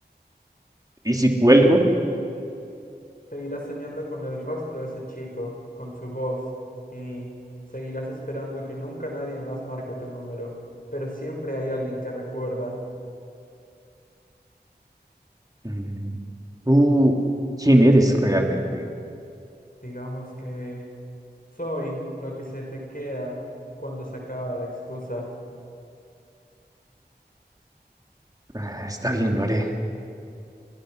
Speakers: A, on the right; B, on the left.
A: ¿Y si cuelgo?
B: Seguirás soñando con el rostro de ese chico, con su voz, y seguirás esperando que nunca nadie más marque tu número, pero siempre hay alguien que recuerda,
A: Mm, ¿Tú quién eres realmente?
B: digamos que soy lo que se te queda cuando se acaba la excusa.
A: Ah, Está bien, lo haré.